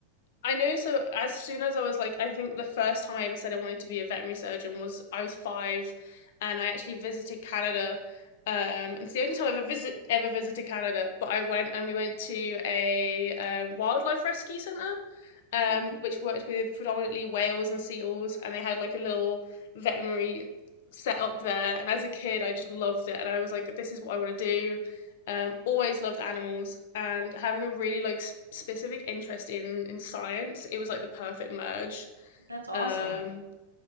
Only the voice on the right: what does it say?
Okay,
that's awesome.